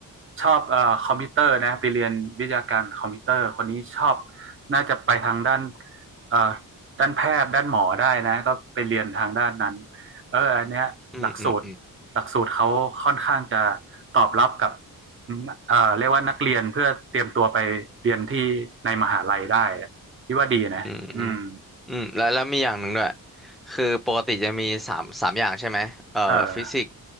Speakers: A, on the right; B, in the centre.
A: ชอบเอ่อคอมพิวเตอร์นะไปเรียนวิทยาการคอมพิวเตอร์คนนี้ชอบน่าจะไปทางด้านเอ่อด้านแพทย์ด้านหมอได้นะก็ไปเรียนทางด้านนั้นเอออันเนี้ยหลักสูตร
B: อืมอืมอืม
A: หลักสูตรเขาค่อนข้างจะตอบรับกับเอ่อเรียกว่านักเรียนเพื่อเตรียมตัวไปเรียนที่ในมหาลัยได้ที่ว่าดีนะอืม
B: อืมอืมอืมแล้วแล้วมีอย่างหนึ่งด้วยคือปกติจะมีสามสามอย่างใช่ไหมเอ่อฟิสิกส์
A: เออ